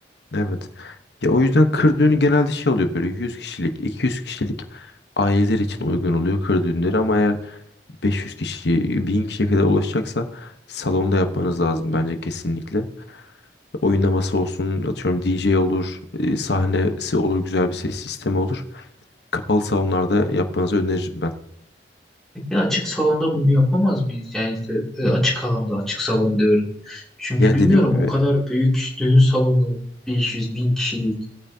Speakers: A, on the left (about 70°); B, in the centre.
A: evet. Ya o yüzden kır düğünü genelde şey oluyor böyle 100 kişilik, 200 kişilik aileler için uygun oluyor kır düğünleri ama eğer 500 kişi, 1000 kişiye kadar ulaşacaksa salonda yapmanız lazım bence kesinlikle. Oynaması olsun, atıyorum DJ olur, e, sahnesi olur, güzel bir ses sistemi olur. Kapalı salonlarda yapmanızı öneririm ben.
B: Ya açık salonda bunu yapamaz mıyız? Yani işte e, açık alanda, açık salon diyorum. Çünkü
A: Ya
B: bilmiyorum
A: dediğim gibi
B: o kadar büyük düğün salonu 500 bin kişilik.